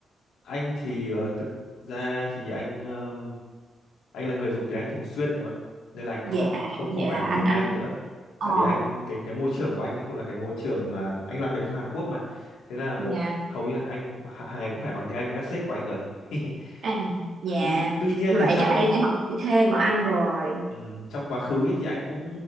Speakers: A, on the left; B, on the right.
A: Anh thì ờ, thực ra thì anh ờm, anh là người dùng tiếng Anh thường xuyên đấy bạn. Nên là anh không
B: Dạ,
A: không
B: vậy
A: không phải
B: là
A: học
B: anh
A: thêm
B: anh.
A: tiếng Anh nữa.
B: Ờ,
A: Tại vì anh cái cái môi trường của anh ấy cũng là cái môi trường à, anh làm việc cho Hàn Quốc mà. Thế là
B: dạ,
A: hầu như là anh h- hàng ngày cũng phải nói tiếng Anh với các sếp của anh rồi. <laughs>
B: à, dạ.
A: Tuy tuy nhiên
B: Như
A: thì
B: vậy
A: trong
B: chắc là em phải học thêm bọn anh rồi.
A: ừm, trong quá khứ ấy thì anh cũng